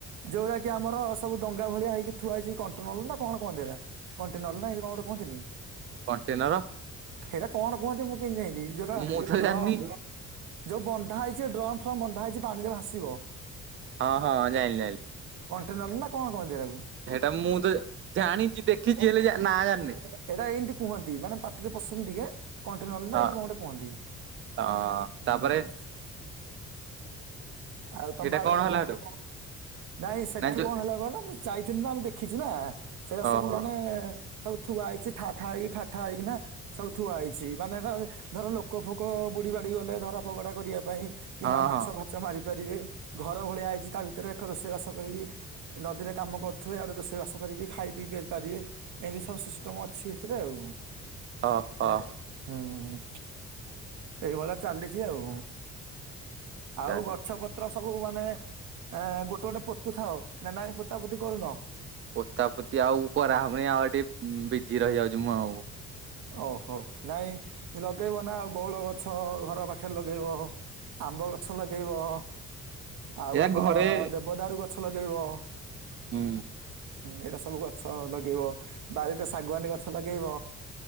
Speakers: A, on the right; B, on the right.
A: ଯୋଉରା କି ଆମର ସବୁ ଡଙ୍ଗା ଭଳିଆ ହେଇକି ଥୁଆଇଛି। କଣ୍ଟେନଲର ନା କଣ କୁହନ୍ତି ଏରା କଣ୍ଟେନର ନା ଏମିତି କଣ କୁହନ୍ତିନି।
B: କଣ୍ଟେନର।
A: ସେଇଟା କଣ କୁହନ୍ତି ମୁଁ କେମତି ଯାଇଁଥିଲି ଯୋଉଟା
B: ମୁଁ ତ ଜାଣିନି
A: ଯୋଉ ବନ୍ଧା ହେଇଛି ଡ୍ରମ ଫ୍ରମ ବନ୍ଧା ହେଇଛି ପାଣିରେ ଭାସିବ।
B: ହଁ ହଁ ଯାଇଁଲି ଯାଇଁଲି।
A: କଣ୍ଟନର ନା କଣ କହନ୍ତି ହେଟାକୁ?
B: ସେଇଟା ମୁଁ ତ ଜାଣିଛି ଦେଖିଛି ହେଲେ ଯା ନା ଜାଣିନି।
A: ଏଇଟା ଏମତି କୁହନ୍ତି ମାନେ ପାଟିରେ ପଶୁନି ଟିକେ। କଣ୍ଟିନଲ
B: ହଁ
A: ନା ଏଇନ୍ତି କ ଗୋଟେ କୁହନ୍ତି
B: ହଁ ତାପରେ
A: ହୁଁ। ଆଉ
B: ସେଇଟା
A: ତମ ଆଡେ କଣ?
B: ହେଲା ହେଠୁ
A: ନାଇଁ ସେଠୁ
B: ନା ଯୋଉ
A: କଣ ହେଲା କହିଲ ମୁଁ ଯାଇଥିଲି, ନା ଆମେ ଦେଖିଛୁ ନା। ସେଟା
B: ଓହୋ
A: ସବୁ ମାନେ ସବୁ ଥୁଆ ହେଇଛି ଠାଠା ହେଇକି ଠାଟା ହେଇକି ନା ସବୁ ଥୁଆ ହେଇଛି। ମାନେ ଧର ଲୋକ ଫୋକ ଲୋକ ବୁଡ଼ି ବାଡ଼ି ଗଲେ ଧରା ଫଗଡ଼ା କରିବା ପାଇଁ କିମ୍ବା
B: ହଁ
A: ମାଛ
B: ହଁ
A: ଫାଚ ମାରିପାରିବେ ଘର ଭଳିଆ ହେଇଛି ତା ଭିତରେ ଏକ ରୋଷେଇ ବାସ କରିବି ନଦୀରେ କାମ କରୁଥିବେ ଆଆଡେ ରୋଷେଇ ବାସ କରିବି ଖାଇ ପିଇ ପାରିବେ ଏମିତି ସବୁ ସିଷ୍ଟମ ଅଛି ସେଥିରେ ଆଉ।
B: ଓ ହୋ।
A: ହୁଁ ଏଇଭଳିଆ ଚାଲିଛି ଆଉ। ଆଉ
B: ଚାଲି
A: ଗଛ ପତ୍ର ସବୁ ମାନେ ଗୋଟେ ଗୋଟେ ପୋତୁ ଥାଉ ନା ନା ଏ ପୋତା ପୋତି କରୁନ।
B: ପୋତା ପୋତି ଆଉ କରାହବନି, ଆଉ ଟିକେ ବିଜି ରହିଯାଉଛି ମୁଁ ଆଉ
A: ଓହୋ ନାଇଁ ଲଗେଇବ ନା ଆଉ ବଉଳ ଗଛ ଘର ପାଖରେ ଲଗେଇବ ଆମ୍ବ ଗଛ ଲଗାଇବ। ଆଉ
B: ଏହା
A: ଆମର
B: ଘରେ
A: ଦେବଦ ରାରୁ ଗଛ ଲଗେଇବ
B: ହୁଁ।
A: ହୁଁ ଏଇଟା ସବୁ ଗଛ ଲଗେଇବ ବାରିରେ ଶାଗୁଆନୀ ଗଛ ଲଗେଇବ